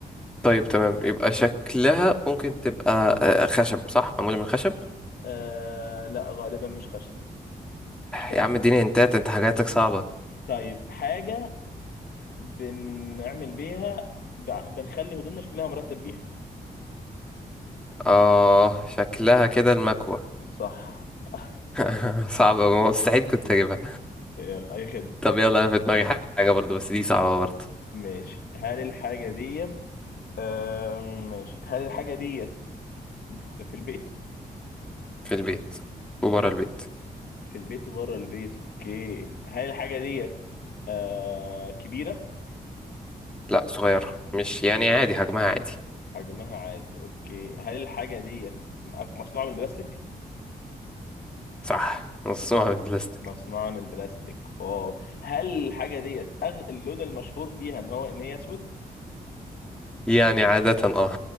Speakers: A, in the centre; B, on the left.
A: طيب تمام يبقى شكلها ممكن تبقى آه، خشب صح معمولة من خشب
B: آه لا غالبا مش خشب مش خشب
A: يا عم اديني
B: لا
A: هنتات انت حاجاتك صعبة
B: طيب حاجه بنعمل بيها بع- بنخلي هدومنا شكلها مرتب بيها
A: اه شكلها كده المكوة
B: صح <laughs>
A: <laughs> صعبة مستحيل كنت اجيبها
B: يلا اي خدمه
A: طب يلا انا في دماغي حاجة برضو بس دي صعبة برضو
B: ماشي هل الحاجه ديت آم، ماشي هل الحاجة ديت في البيت؟
A: في البيت
B: ماشي
A: وبره البيت
B: في البيت وبره البيت اوكي هل الحاجة ديت آه كبيرة؟
A: لا صغير مش يعني عادي حجمها عادي
B: حجمها عادي اوكي هل الحاجة ديت مصنوعة من البلاستيك؟
A: صح نصها من البلاستيك
B: مصنوعة من البلاستيك واو هل الحاجة ديت أغ... اللون المشهور فيها ان هو ان هي اسود؟
A: يعني عادة اه